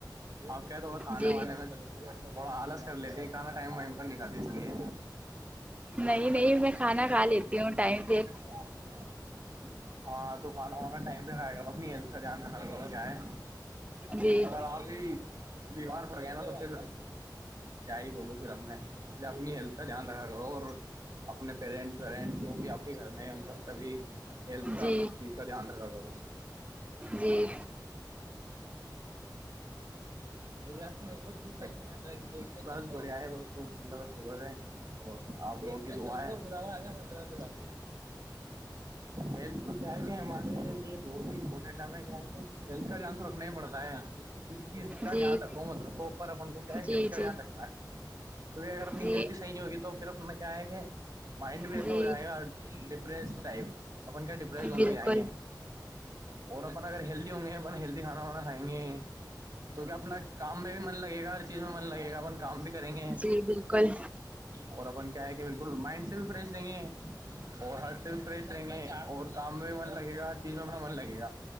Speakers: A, on the right (about 50°); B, on the right (about 15°).
A: آپ کیا تھوڑا کھانے
B: جی
A: وانے میں تھوڑا آلس کر لیتے کانا ٹائم وائم پر نہیں کاتے اس لیے
B: نہیں نہیں میں کھانا کھا لیتی ہوں ٹائم سے
A: رات بھیچار ہاں تو کھانا وانا ٹائم پہ کھائے گانیل جاناا کیا ہے
B: جی
A: اگر آپ ہی بیمار پڑ گئے نا تو پھر کیا ہی بولوں پھر اب میں اس لیے اپنی ہیلتھ کا دھیان رکھا کروں اور اپنے پیرنٹس ویرنٹس جو بھی آپ گھر میں ان سب کا بھی ہیلتھ کا
B: جی
A: سب چیز کا دھیان رکھا کر
B: جی
A: میری آس میں ایک اور چائی گے میں بس بڑیا ہے بت ملہ بہ شکر ہے پو آ بپ ہیلتھ تو کیا ہے کہ ہمارے یہ بہت ہی امپورٹینٹ ہے ہمیں کیا ہے کہ ہیلتھ کا دھیان تو رکھنا ہی پڑتا ہے یہ ایک کسی چیز کا
B: جی
A: دھیان رکھو مت رکھو اپن کو کیا ہے
B: جی
A: ہیلتھ کا
B: جی
A: دھیان رکھنا ہے کیہ اگر اپنی
B: جی
A: ہیلت ہی صحی نہیں ہوگی تو پھر اپنا کیا ہے کہ مائنڈ بھی
B: جی
A: ایسا ہو جائے گا ڈپریس ٹائپ اپن کیا ڈپریس زون
B: بالکل
A: لگ جائیں گے اور اپن اگر ہیلدی ہوں گے اپن ہیلدی کھانا وانا کھائیں گے تو کیا اپنا کام میں بھی من لگے گا ہر چیز میں من لگے گا اپن کام بھی کریں گے
B: جی بالکل
A: اور اپن کیا ہے کہ بالکل مائنڈ سے بھی فریش نہیں ہے اور ہرٹ سے بھی فریش یں گے اور کام میں بھی من لگے گا ہر چیز میں اپنا من لگے گا